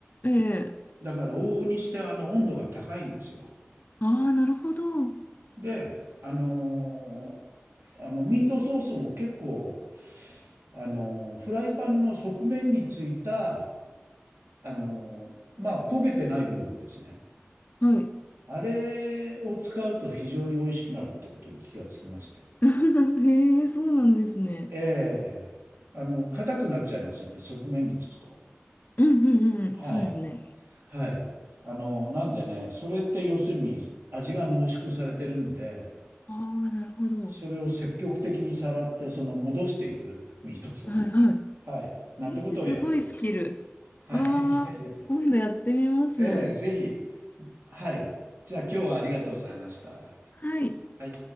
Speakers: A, on the left (about 40°); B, on the right (about 60°).
A: ええ
B: だから往々にしてあの温度が高いんですよ。
A: ああー、なるほど。は
B: で、あのあのミートソースも結構あのフライパンの側面についたあのまあ焦げてない部分ですね
A: い。
B: あれを使うと非常に美味しくなるってことに気がつきまして
A: <laughs> ええそうなんですね。
B: ええあの硬くなっちゃいますよね側面につくと
A: うんうんうん。
B: はい
A: そうですね。
B: はいあのなんでねそれって要するに味が濃縮されてるんで
A: ああ、なるほど。
B: それを積極的にさらってその戻していくミートソースに
A: はいは
B: はいなんてことをやってます
A: い。えー、すごいスキル。
B: はい。
A: ああ、
B: いやいやいや。
A: 今度やってみます。
B: ええ、ぜひ。はい。じゃあ今日はありがとうございました。
A: はい。
B: はい。